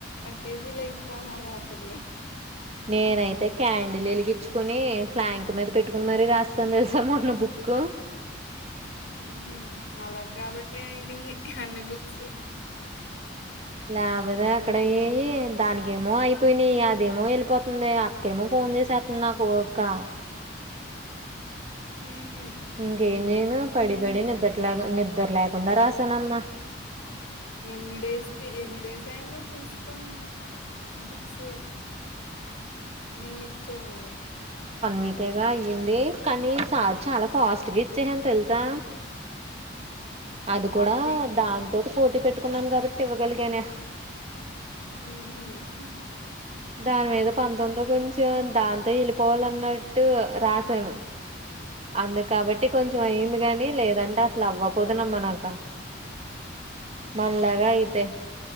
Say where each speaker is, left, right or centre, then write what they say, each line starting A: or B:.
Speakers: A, on the left; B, on the right.
A: పట్టేసి లేచిపోవడం రాత్రిళ్ళు
B: నేనయితే క్యాండీల్ వెలిగిచ్చుకుని ఫ్లాంక్ మీద పెట్టుకుని మరి రాసీసాను తెలుసా మొన్న బుక్
A: హుమ్ హూ అలా కాబట్టి అయినాయి అన్ని బుక్స్
B: లేబోదే ఆక్కడ యెయి దానికెమో అయిపోయినాయి అదేమో వెళ్ళిపోతుంది అక్కేమో ఫోన్ చేసేస్తుంది నాకు ఒక్క
A: హుం
B: ఇంకేం చేయను పడి పడి నిద్ర లాగా నిద్రలాక్ కుండ రాసనమ్మ
A: ఎన్ని డేస్ ది ఎన్ని డేస్ అయింది తీస్ కొని ఆ బుక్స్ నిన్న ఇచ్ చ్చావ్
B: నీకే గా అయ్యింది కానీ సార్ చాలా ఫాస్ట్ గా ఇచ్చేసాను తెలుసా అది కూడా
A: వన్ వీక్
B: దాని తోటి పోటీ పెట్టుకున్నాం కాబట్ ఇవ్వగలిగానే
A: ఉహు
B: దాని మీద పంతొమ్మి ఇంగ కొంచెం దాంతో వెళ్ళిపోవాలన్నట్టు రాసాను అందుకు కాబట్టి కొంచెం అయింది గానీ లేదంటే అసలు అవ్వ పోదునమ్మా నాక మనలాగా అయితే